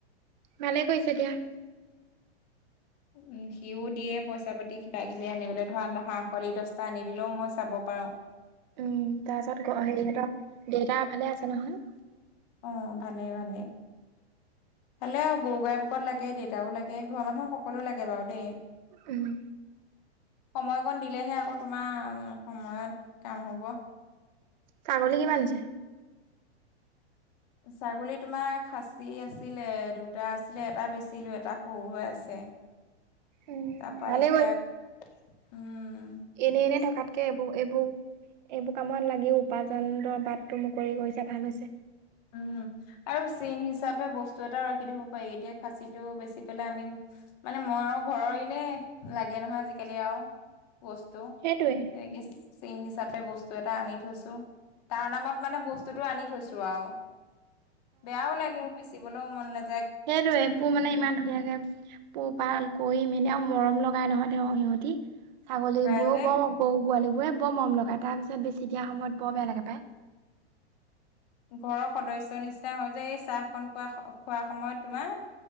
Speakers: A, on the right; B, on the left.
A: ভালেই কৰিছে দিয়া।
B: উম্, সিও দিয়ে পইচা পাতি কিবা কিবি আনিবলৈ ধৰা, হাঁহ পোৱালি দছটা আনি দিলেও মই চাব পাৰোঁ।
A: উম্, তাৰ পিছত হেৰি হঁতৰ দেউতা ভালে আছে নহয়।
B: অ', ভালে ভালে। ভালেই আৰু গৰু গাই বুকত লাগে, দেউতাও লাগে ঘৰৰ মানুহ সকলো লাগে বাৰু দেই।
A: উম্
B: সময়কণ দিলেহে আকৌ তোমাৰ সময়ত কাম হ'ব।
A: ছাগলী কিমান আছে।
B: ছাগলী তোমাৰ খাচী আছিলে, দুটা আছিলে এটা বেচিলো এটা সৰু হৈ আছে।
A: উম
B: তাৰপা,
A: ভালে
B: এতিয়া উম্,
A: এনেই এনেই থকাতকে এইবোৰ এইবোৰ। এইবোৰ কামত লাগিও উপাৰ্জনদ বাটটো মুকলি কৰিছে ভাল হৈছে।
B: উম। আৰু চিন হিচাপে বস্তু এটাও ৰাখি থ'ব পাৰি। এতিয়া খাছীটো বেচি পেলাই আমি মানে মই আৰু ঘৰৰ এনে লাগে নহয় আজিকালি আৰু বস্তু।
A: সেইটোৱে।
B: তেনেকে চিন হিচাপে বস্তু এটা আনি থৈছো। তাৰ নামত মানে বস্তুটো আনি থৈছো আৰু। বেয়াও লাগে বেচিবলৈও মন নেয
A: সেইটো এইবোৰ মানে ইমান ধুনীয়া ধুনীয়া পোহপাল কৰি মেলি আৰু মৰম লগাই নহয় তেওঁ সিহঁতি। ছাগলীবোৰো
B: লগাই যে
A: বৰ গৰু পোৱালীবোৰে বৰ মৰম লগায়। তাৰপিছত বেছি দিয়া সময়ত বৰ বেয়া লাগে পায়।
B: ঘৰৰ সদস্যৰ নিচিনা হয় যে এই চাহখন খোৱা খোৱা সময়ত তোমাৰ।